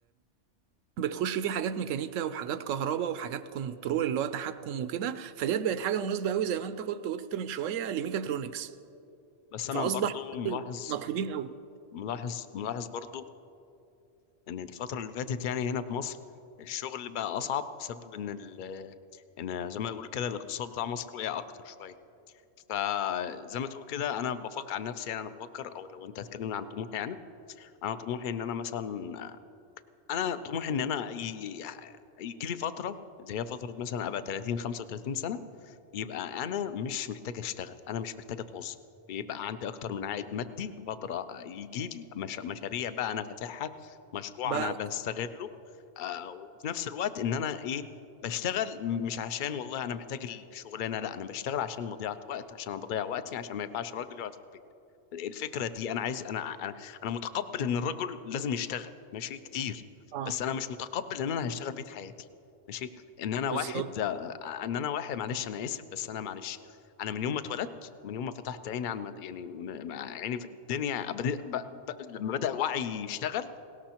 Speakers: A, on the right; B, on the left.
A: بتخش فيه حاجات ميكانيكا وحاجات كهرباء وحاجات كنترول اللي هو تحكم وكده فديت بقت حاجه مناسبه قوي زي ما انت كنت قلت من شويه لميكاترونكس
B: بس
A: فاصبح
B: انا برضو ملاحظ
A: مطلوبين قوي
B: ملاحظ ملاحظ برضو ان الفتره اللي فاتت يعني هنا في مصر الشغل بقى اصعب بسبب ان ال ان زي ما يقول كده الاقتصاد بتاع مصر وقع اكتر شويه فزي ما تقول كده انا بفكر عن نفسي يعني انا بفكر او لو انت هتكلمني عن طموحي يعني انا طموحي ان انا مثلا انا طموحي ان انا ي... يجي لي فتره اللي هي فتره مثلا ابقى 30 35 سنه يبقى انا مش محتاج اشتغل انا مش محتاج اتوظف بيبقى عندي اكتر من عائد مادي بقدر أ- يجي لي مش... مشاريع بقى انا فاتحها مشروع
A: بقى
B: انا بستغله آه وفي نفس الوقت ان انا ايه بشتغل م- مش عشان والله انا محتاج الشغلانه لا انا بشتغل عشان مضيعه وقت عشان انا بضيع وقتي عشان ما ينفعش راجل يقعد في البيت الفكره دي انا عايز انا انا انا متقبل ان الرجل لازم يشتغل ماشي كتير
A: اه
B: بس انا مش متقبل ان انا هشتغل بيت حياتي ماشي ان انا
A: بالظبط
B: واحد ان انا واحد معلش انا اسف بس انا معلش انا من يوم ما اتولدت من يوم ما فتحت عيني على المد... يعني م... م- عيني في الدنيا بدي... ب... ب... لما بدأ وعي يشتغل